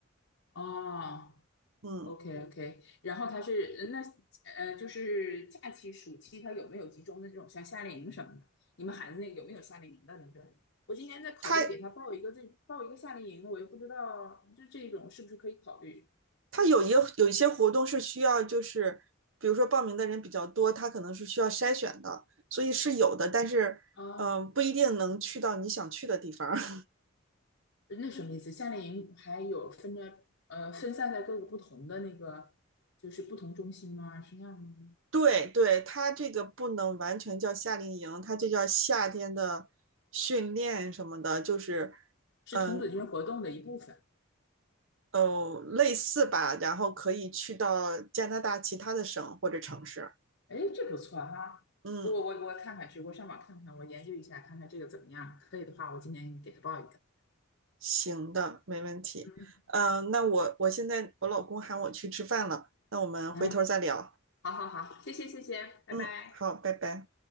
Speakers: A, on the left; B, on the right.
A: 哦
B: 嗯，
A: ，OK OK，然后他是那呃，就是假期暑期他有没有集中的这种像夏令营什么的？你们孩子那个有没有夏令营的那种？我今年在考虑给他报一个这报一个夏令营，
B: 它
A: 我又不知道就这种是不是可以考虑
B: 它有一有一些活动是需要，就是比如说报名的人比较多，它可能是需要筛选的，所以是有的，但是嗯、
A: 啊？
B: 呃不一定能去到你想去的地方。<laughs>
A: 那什么意思？夏令营还有分着呃分散在各个不同的那个就是不同中心吗？是那样吗？
B: 对对，它这个不能完全叫夏令营，它就叫夏天的训练什么的，就是
A: 是童子军活动的一部分。
B: 嗯哦类似吧，然后可以去到加拿大其他的省或者城市。
A: 哎，这不错哈！
B: 嗯，
A: 我我我看看去，我上网看看，我研究一下，看看这个怎么样。可以的话，我今年给他报一个。
B: 行的，没问题。
A: 嗯
B: 嗯，那我我现在我老公喊我去吃饭了，那我们回头再聊。
A: 嗯，好好好，谢谢谢谢，拜拜。
B: 嗯，好，拜拜。